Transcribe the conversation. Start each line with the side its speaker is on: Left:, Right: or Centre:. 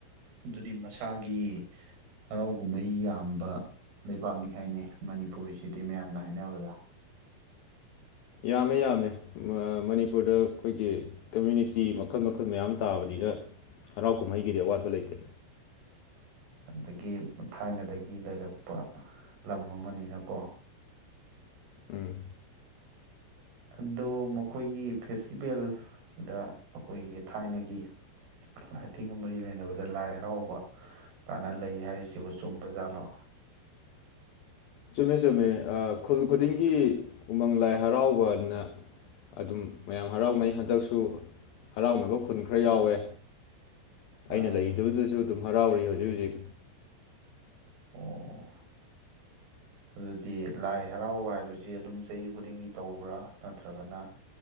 Right: ꯑꯗꯨꯗꯤ ꯃꯁꯥꯒꯤ ꯍꯔꯥꯎ ꯀꯨꯝꯍꯩ ꯌꯥꯝꯕ ꯂꯩꯕꯥꯛꯅꯤ ꯍꯥꯏꯅꯤ ꯃꯅꯤꯄꯨꯔꯤꯁꯤꯗꯤ ꯃꯌꯥꯝꯅ ꯍꯥꯏꯅꯕꯗ꯫
Left: ꯌꯥꯝꯃꯦ ꯌꯥꯝꯃꯦ ꯃꯅꯤꯄꯨꯔꯗ ꯑꯩꯈꯣꯏꯒꯤ ꯀꯝꯃꯨꯅꯤꯇꯤ ꯃꯈꯜ ꯃꯈꯜ ꯃꯌꯥꯝ ꯇꯥꯕꯅꯤꯅ ꯍꯔꯥꯎ ꯀꯨꯝꯍꯩꯒꯤꯗꯤ ꯑꯋꯥꯠꯄ ꯂꯩꯇꯦ꯫
Right: ꯑꯗꯒꯤ ꯊꯥꯏꯅꯗꯒꯤ ꯂꯩꯔꯛꯄ ꯂꯝ ꯑꯃꯅꯤꯅꯀꯣ
Left: ꯎꯝ
Right: ꯑꯗꯣ ꯃꯈꯣꯏꯒꯤ ꯐꯦꯁꯇꯤꯚꯦꯜꯗ ꯑꯩꯈꯣꯏꯒꯤ ꯊꯥꯏꯅꯒꯤ ꯂꯥꯏꯊꯤꯡꯒ ꯃꯔꯤ ꯂꯩꯅꯕꯗ ꯂꯥꯏ ꯍꯔꯥꯎꯕ ꯀꯥꯟꯅ ꯂꯩ ꯍꯥꯏꯔꯤꯁꯤꯕꯨ ꯆꯨꯝꯕ ꯖꯥꯠꯂꯣ꯫
Left: ꯆꯨꯝꯃꯦ ꯆꯨꯝꯃꯦ ꯈꯨꯜ ꯈꯨꯗꯤꯡꯒꯤ ꯎꯃꯪ ꯂꯥꯏ ꯍꯔꯥꯎꯕꯅ ꯑꯗꯨꯝ ꯃꯌꯥꯝ ꯍꯔꯥꯎꯅꯩ ꯍꯟꯗꯛꯁꯨ ꯍꯔꯥꯎꯅꯕ ꯈꯨꯟ ꯈꯔ ꯌꯥꯎꯋꯦ
Right: ꯑꯥ
Left: ꯑꯩꯅ ꯂꯩꯗꯕꯗꯨꯁꯨ ꯑꯗꯨꯝ ꯍꯔꯥꯎꯔꯤ ꯍꯧꯖꯤꯛ ꯍꯧꯖꯤꯛ
Right: ꯑꯣ ꯑꯗꯨꯗꯤ ꯂꯥꯏ ꯍꯔꯥꯎꯕ ꯍꯥꯏꯕꯁꯤ ꯑꯗꯨꯝ ꯆꯍꯤ ꯈꯨꯗꯤꯡꯒꯤ ꯇꯧꯕ꯭ꯔꯥ ꯅꯠꯇ꯭ꯔꯒꯅ